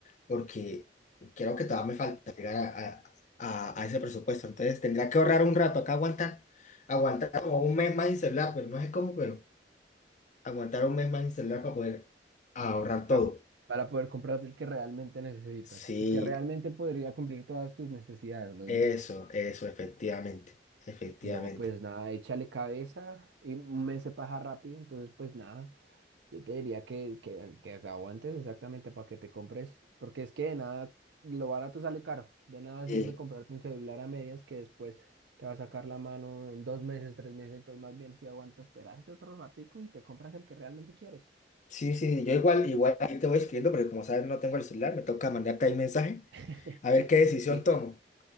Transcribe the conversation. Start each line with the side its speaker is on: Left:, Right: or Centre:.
Left: porque creo que todavía me falta llegar a, a- a- a ese presupuesto. Entonces tendría que ahorrar un rato acá, aguantar, aguantar como un mes más sin celular, pero no sé cómo, pero aguantar un mes más sin celular para poder ahorrar todo.
Right: pa- Para poder comprarte el que realmente necesitas,
Left: Sí,
Right: el que realmente podría cumplir todas tus necesidades, más
Left: eso,
Right: bien.
Left: eso, efectivamente, efectivamente.
Right: No, pues nada, échale cabeza y me mes se pasa rápido, entonces pues nada, yo te diría que, que, que aguantes exactamente para que te compres, porque es que de nada, lo barato sale caro, de nada
Left: Eh,
Right: sirve comprarte un celular a medias que después te va a sacar la mano en dos meses, tres meses, entonces más bien si aguanta esperarse otro ratico y te compras el que realmente quieres.
Left: sí, sí, yo igual, igual ahí te voy escribiendo, porque como sabes no tengo el celular, me toca mandarte ahí mensaje
Right: <laughs>
Left: a ver qué decisión
Right: Sí,
Left: tomo.